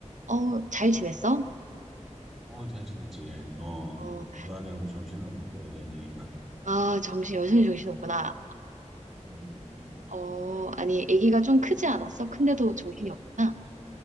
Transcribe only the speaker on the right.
어, 잘 지냈어?
어,
아, 정신, 여전히 정신 없구나.
어, 아니, 아기가 좀 크지 않았어? 큰데도 정신이 없구나.